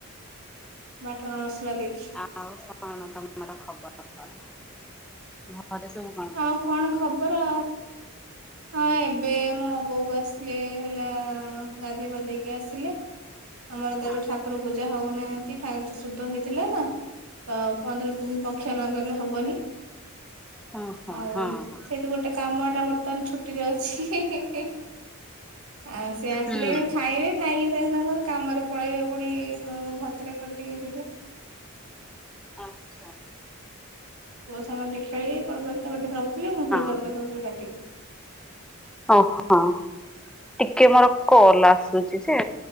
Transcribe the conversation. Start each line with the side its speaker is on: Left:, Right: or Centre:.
Right: ବାଟଣ ମସଲା ଦେଇକି।
Centre: ଆଉ କଣ ତମର ଖବର କଣ ଘରେ ସବୁ। କଣ
Right: ଆଉ
Centre: କରୁଛନ୍ତି?
Right: କଣ ଖବର? ହଁ ଏବେ ମୋ ବୋଉ ଆସିଲେ ହେଲା ଗାଧୋଇ ପାଧେଇକି ଆସିଲେ।
Centre: <inaudible>
Right: ଆମର ତ
Centre: ହଁ
Right: ଏବେ ଠାକୁର ପୂଜା ହଉନାହାନ୍ତି। ଠାକୁ ଶୁଦ୍ଧ ହେଇଥିଲେ ନା ତ ପନ୍ଦର ଦିନ ପକ୍ଷ ନଗଲେ ହବନି।
Centre: ହଁ ହୋ
Right: ଆଉ
Centre: ହଁ ହଁ।
Right: ସେଇଠୁ ଗୋଟେ କାମଟା ବର୍ତ୍ତମାନ ଛୁଟିରେ ଅଛି ହି ହି ହି। ଆଉ ସିଏ ଆସିଲେ
Centre: ହୁଁ।
Right: ଖାଇବେ। ଖାଇକି ସେ ତାଙ୍କର କାମରେ ପଳେଇବେ ପୁଣି ମୁଁ ଭାତଟା କରିଦେଇକି ଯିବେ।
Centre: ଆଚ୍ଛା।
Right: ପୁଅ ସାଙ୍ଗରେ ଟିକେ ଖେଳିକି କଣ କଲି ତାକୁ ରଖିଲେ ମୁଁ
Centre: ହଁ
Right: ପୁଣି ତରକାରି ଫରକାରୀ କାଟିବି।
Centre: ଓହୋ ଟିକେ ମୋର କଲ୍ ଆସୁଛି ଯେ।